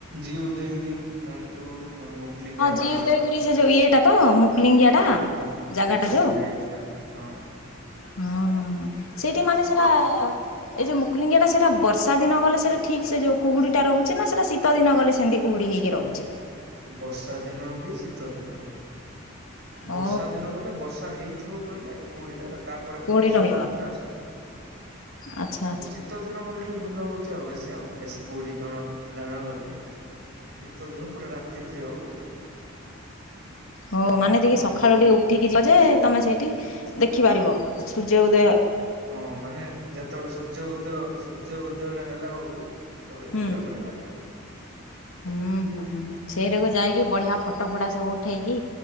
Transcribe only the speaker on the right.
ଜି ଉଦୟଗିରି ଜାଣିଥିବ ଆମର ମୁକ୍ଲିଙ୍ଗିଆ
ପାହାଡ।
ପାହାଡ
ମୁକ୍ଲିଙ୍ଗିଆ
ହିଲ୍ସ ହଁ
ବର୍ଷା ଦିନ ବି ଶୀତ ଦିନ ବି ବର୍ଷା
ଦିନ ଗଲେ ବର୍ଷା ହେଇଥିବ କହିଲେ କୋଉଡିଟା ତାପ ପରେ
ବର୍ଷା
ପରେ ପରେ ଆସୁଛି
ଆଉ ଶୀତ ଦିନ ଗଲେ। ଭଲ ହଉଛି ଆଉ ବେଶୀ ଆଉ ବେଶୀ କୋଉଠି ଜଣ ଜାଣିବାକୁ ଗଲେ ଶୀତ ଦିନ ପୁରା ରା ରୁ ଯିବାଉ ପଡୁଛି।
ଆମ
ଫୁଲବାଣୀରୁ
ହଁ ମାନେ ଯେତେବେଳେ ସୂର୍ଯ୍ୟ ଉଦୟ ସୂର୍ଯ୍ୟ ଉଦୟଟା ହେଲା ବେଳକୁ ସେତେବେଳେ
ଭିଉଟା ବୁଢିଆ ଲାଗବ।